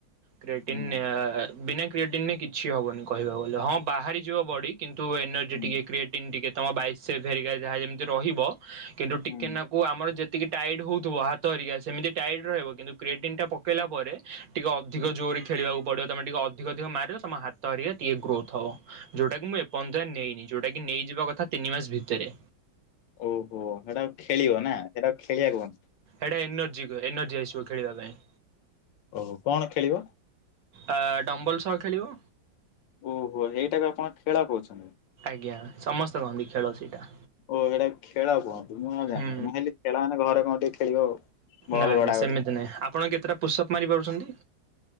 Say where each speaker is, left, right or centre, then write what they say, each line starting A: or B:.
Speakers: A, on the right; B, on the left.
A: କ୍ରେଟିନ୍
B: ହୁଁ
A: ଅ-ଅ-ଅ ବିନାୟକ କ୍ରିଏଟିନ କିଛି ହେବନି କହିବାକୁ ଗଲେ ହଁ ବାହାରିଯିବ ବଡ଼ି କିନ୍ତୁ ଏନର୍ଜି
B: ହୁଁ
A: ଟିକେ କ୍ରିଏଟିନ ଟିକେ ତମ ବାଇଶେଫ୍ ହେରିକା ଯାହା ଯେମିତି ରହିବ କିନ୍ତୁ ଟିକେନାକୁ
B: ହୁଁ
A: ଆମର ଯେ ଟିକେ ଟାଇଟ୍ ହଉଥିବ ହାତ ହେରିକା ସେମିତି ଟାଇଟ୍ ରହିବ କିନ୍ତୁ କ୍ରେଟିନ୍ ଟା ପକେଇଲା ପରେ ଟିକେ ଅଧିକ
B: ହୁଁ
A: ଜୋରରେ ଖେଳିବାକୁ ପଡିବ ତମେ ଟିକେ ଅଧିକ ଅଧିକ ମାରିବ ତମ ହାତ ହେରିକା ଟିକେ ଗ୍ରୋଥ ହବ। ଯୋଉଟା କି ମୁଁ ଏପର୍ଯ୍ୟନ୍ତ ନେଇନି ଯଉଟା କି ନେଇଯିବା କଥା ତିନି ମାସ ଭିତରେ।
B: ଓହୋ ସେଇଟା ଖେଳିବ ନା ସେଇଟା ଆ ଖେଳିବାକୁ କୁହନ୍ତି।
A: ଏଇଟା ଏନର୍ଜି କୁହେ ଏନର୍ଜି ଆସିବ ଖେଳିବା ପାଇଁ।
B: ଓହୋ କଣ ଖେଳିବ?
A: ଅ-ଅ-ଅ ଡମ୍ବଲ ସହ ଖେଳିବ।
B: ଓହୋ ଏଇଟାକୁ ଆପଣ ଖେଳ କହୁଛନ୍ତି।
A: ଆଜ୍ଞା ସମସ୍ତେ କହନ୍ତି ଖେଳ ସେଇଟା।
B: ଓ ଏଇଟା ଖେଳ କୁହନ୍ତି। ମୁଁ ଆଉ ଜାଣିନି
A: ହୁଁ
B: ମୁଁ ହେଲି ଖେଳ ମାନେ ଘରେ କଣ ଟିକେ ଖେଳିବ। ବଲ୍
A: ନାଇଁ
B: ଗଡାଗଡି
A: ନାଇଁ ସେମିତି ନାଇଁ ଆପଣ କେତେଟା ପୁଷପ୍ ମାରି ପାରୁଛନ୍ତି?